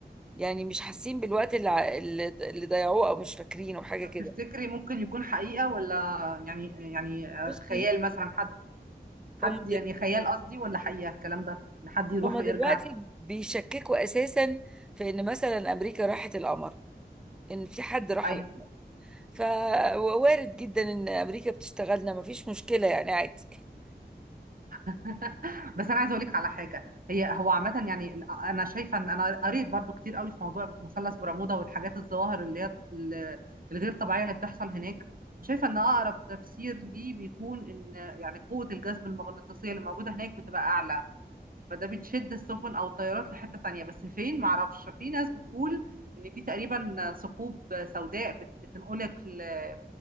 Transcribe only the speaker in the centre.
يعني مش حاسين بالوقت اللي ع- اللي اللي ضيعوه او مش فاكرينه حاجة
كده
بصي
هم
دل-
هما
دلوقتي بيشككوا اساسا في ان مثلا امريكا راحت القمر ان في حد راح
القمر فوارد جدا ان امريكا بتشتغلنا مفيش مشكله يعني عادي